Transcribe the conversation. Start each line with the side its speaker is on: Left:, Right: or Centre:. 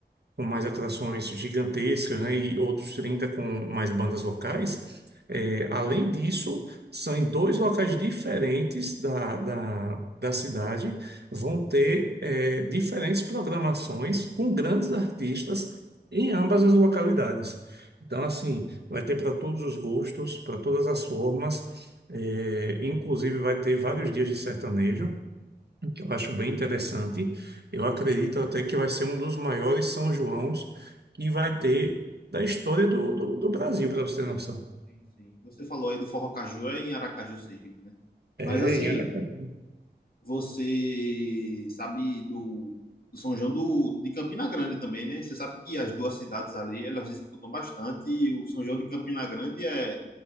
Right: com mais atrações gigantescas, né, e outros 30 com mais bandas locais, é, além disso, são em dois locais diferentes da, da, da cidade, vão ter é, diferentes programações com grandes artistas em ambas as localidades. Então, assim, vai ter para todos os gostos, para todas as formas, é, inclusive vai ter vários dias de sertanejo que eu acho bem interessante. Eu acredito até que vai ser um dos maiores São Joãos que vai ter da história do, do, do Brasil, para você ter noção.
Left: Sim, sim. Você falou aí do Forró Caju, é em Aracaju, Sergipe, né?
Right: É,
Left: Mas assim,
Right: em Aracaju.
Left: você sabe do, do São João do, de Campina Grande também, né? Você sabe que as duas cidades ali, elas disputam bastante e o São João de Campina Grande é